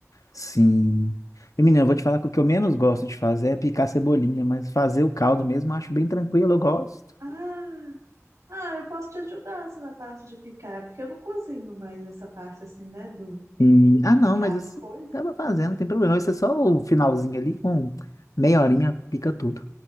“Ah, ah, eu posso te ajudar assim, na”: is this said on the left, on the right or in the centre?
Right